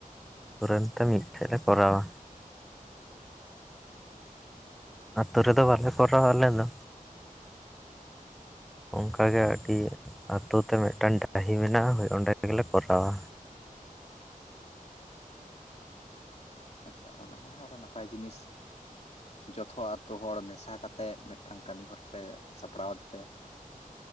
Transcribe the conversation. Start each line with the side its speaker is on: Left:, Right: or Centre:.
Centre: ᱟᱹᱛᱩ ᱨᱮᱱ ᱛᱮ ᱢᱤᱫᱴᱷᱮᱱ ᱞᱮ ᱠᱚᱨᱟᱣᱟ ᱟᱹᱛᱩ ᱨᱮᱫᱚ ᱵᱟᱞᱮ ᱠᱚᱨᱟᱣᱟ ᱟᱞᱮ ᱫᱚ
Left: <inaudible>
Centre: ᱚᱱᱠᱟ ᱜᱮ ᱟᱹᱰᱤ ᱟᱛᱳ ᱛᱮ ᱢᱤᱫᱴᱟᱝ ᱰᱟᱹᱦᱤ ᱢᱮᱱᱟᱜ-ᱟ ᱦᱚᱭ ᱚᱸᱰᱮ ᱜᱮᱞᱮ ᱠᱚᱨᱟᱣᱟ
Left: ᱟᱪᱪᱷᱟ ᱚᱱᱟ ᱱᱟᱦᱚᱸ ᱟᱨᱚ ᱱᱟᱯᱟᱭ ᱡᱤᱱᱤᱥ ᱡᱚᱛᱚ ᱟᱛᱳ ᱦᱚᱲ ᱢᱮᱥᱟ ᱠᱟᱛᱮ ᱢᱤᱫᱴᱟᱝ ᱠᱟᱹᱢᱤ ᱦᱚᱨᱟ ᱯᱮ ᱥᱟᱯᱲᱟᱣ ᱫᱟᱯᱮ